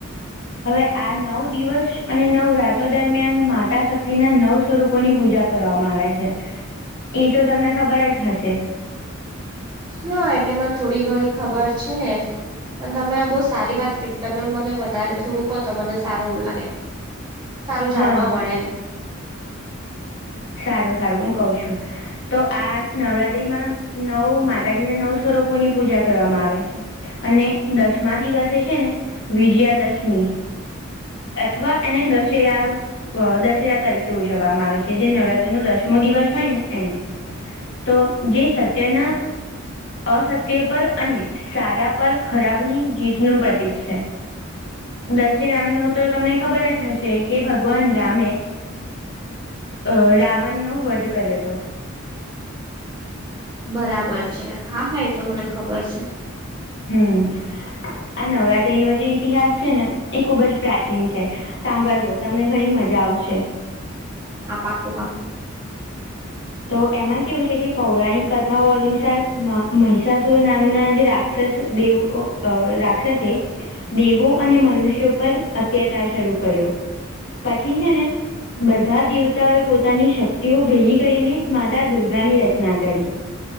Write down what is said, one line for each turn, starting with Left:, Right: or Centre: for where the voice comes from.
Left: હવે આ નવ દિવસ અને નવરાતો દરમિયાન માતા શક્તિ ના નવ સ્વરૂપોની પૂજા કરવામાં આવે છે. એ તો તમને ખબર જ હશે.
Right: હા એટલે મને થોડી ઘણી ખબર છે. પણ તમે આ બહુ સારી વાત કર તમે મને વધારે થોડું કહો તો મને સારું એવું લાગે સારું
Left: હા
Right: જાણવા મળે એમ.
Left: સારું સારું હું કઉ છું તો આ નવરાત્રીમાં નવ માતાજીના નવ સ્વરૂપોની પૂજા કરવામાં આવે છે. અને દસમા દિવસે છે ને વિજયા દશમી અથવા એને દશેરા દશેરા તરીકે ઉજવવામાં આવે છે. જે નવરાત્રી નો દસમો દિવસ હોય ને એને તો જે સત્યના અસત્ય પર અને સારા પર ખરાબની જીતનુંું પ્રતીક છે. દશરામ ન તો તમને ખબર જ હશે કે ભગવાન રામે અ રાવણનો વધ કર્યો હતો.
Right: બરાબર છે હા હા એ તો મને ખબર છે.
Left: હમ્મ આ નવરાત્રીનો જે ઇતિહાસ છે ને એ ખુબ જ પ્રાચીન છે. સાંભળજો તમને ઘણી મજા આવશે.
Right: હા પાકું પાકું.
Left: <inaudible> તો એમાં કેવું છે કે પૌરાણિક કથાઓ અનુસાર મિષાસુર નામના જે રાક્ષસ દેવ રાક્ષસે દેવો અને મનુષ્યો પર અત્યાચાર શરૂ કર્યો. પછી છે ને બધા દેવતાઓએ પોતાની શક્તિઓ ભેગ કરીને માતા દુર્ગાની રચના કરી.